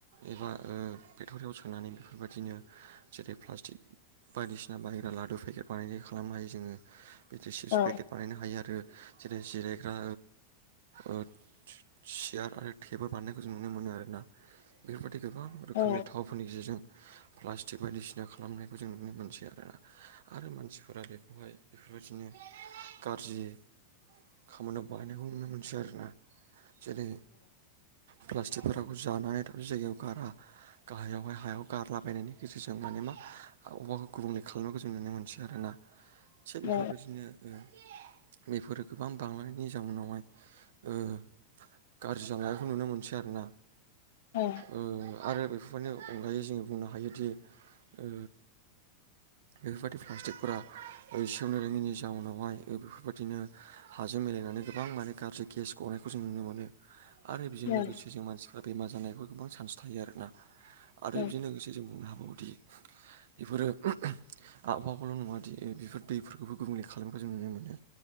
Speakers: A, on the right; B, on the left.
A: एबा ओ पेक्टरियाव सोनानै बेफोरबायदिनो जेरै प्लास्टिक बायदिसिना बाहग्रा लादु पेकेट बानायनाय खालामनो हायो जोङो बिदि सिस
B: औ
A: पेकेट बानायनो हायो आरो जेरै जिरायग्रा ओ सियार आरो टेबोल बानायनायखौ जों नुनो मोनो आरोना बेफोरबदि गोबां रोखोमनि
B: औ
A: थावफोरनि गेजेरजों प्लास्टिक बायदिसिना खालामनायखौ जों नुनो मोनथियो आरोोना आरो मानसिफोरा बेखौहाय बेफोरबायदिनो गाज्रि खामानियाव बाहायनायखौ नुनो मोनसै आरोना जेरै प्लास्टिक फोर जानानै दाबसे जायगायाव गारा गाहायावहाय हायाव गारलाबायनायनि गेजेरजों माने मा अबावबाखौ गुबुंले खालामनायखौ जों नुनो मोनसै आरो ना थिग बेफोरबायदिनो
B: औ
A: ओ बेफोरो गोबां बांनायनि जाउनावहाय ओ गाज्रि जालनायखौ नुनो मोनसै आरो ना
B: औ
A: ओ आरो बेफोरफोरनि अनगायै जोोंङो बुंनो हायोदि ओ बेफोरबायदि प्लास्टिकफोरा सेवनो रोङिनि जाउनावहाय बेफोरबायदिनो हाजों मिलायनानै गोबां माने गाज्रि गेस गनायखौ जों नुनो मोनो आरो बेजों
B: औ
A: लोगोसे जों मानसिफ्रा बेमार जानायबो गोबां चान्स थायो आरोना आरो
B: औ नंगौ औ
A: बेजों लोगोसे से जों बुंनो हाबावोदि बेफोरो आबहावाखौल' नङाादि बेफोर दैफोरखौबो गुबुंले खालामनायखौ जों नुनो मोनो